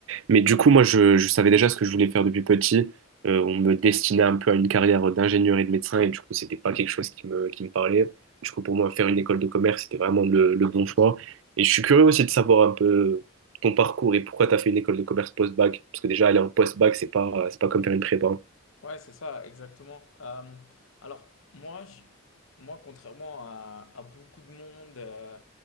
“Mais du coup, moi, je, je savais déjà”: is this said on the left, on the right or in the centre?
Right